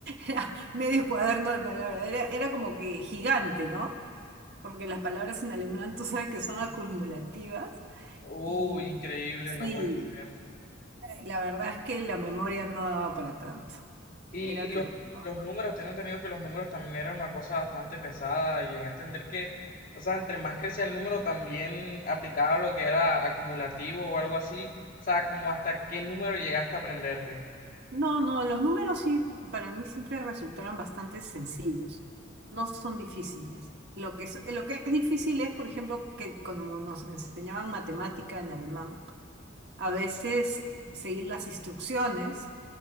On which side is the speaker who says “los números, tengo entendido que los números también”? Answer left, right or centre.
Left